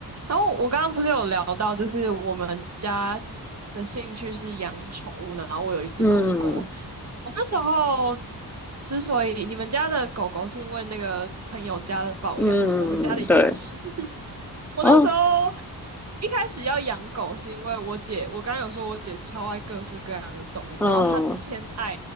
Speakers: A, on the right; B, in the centre.
A: 然后我刚刚不是有聊到，就是我们家的兴趣是养宠物，然后我有一只狗狗。
B: 嗯
A: 我那时候之所以你们家的狗狗是因为那个朋友家的抱养嘛，
B: 嗯，
A: 我们家的也是。
B: 对
A: <laughs> 我那时候
B: 啊，
A: 一开始要养狗，是因为我姐，我刚刚有说我姐超爱各式各样的动物，
B: 嗯
A: 然后她偏爱